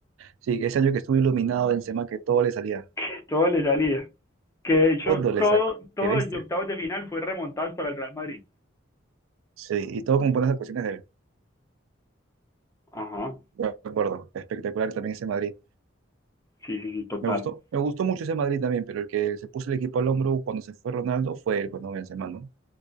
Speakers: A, on the right; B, on the left.
A: sí, ese año que estuvo iluminado Benzema, que todo le salía.
B: Que todo le salía. Que de hecho,
A: Todo le
B: todo,
A: salía.
B: todo
A: Qué bestia.
B: desde octavos de final fue remontado para el Real Madrid.
A: Sí, y todo con buenas actuaciones de él.
B: Ajá,
A: De acuerdo. Espectacular también ese Madrid.
B: sí, sí, sí, total.
A: Me gustó, me gustó mucho ese Madrid también, pero el que se puso el equipo al hombro cuando se fue Ronaldo fue él, pues no Benzema, ¿no?